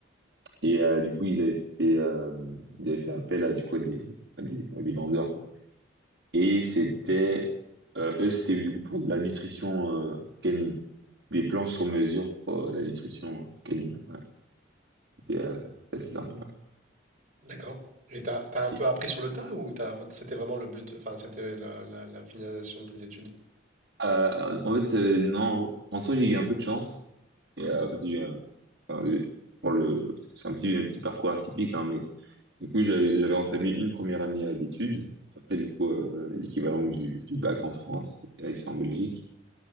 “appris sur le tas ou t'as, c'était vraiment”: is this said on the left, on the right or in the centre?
Right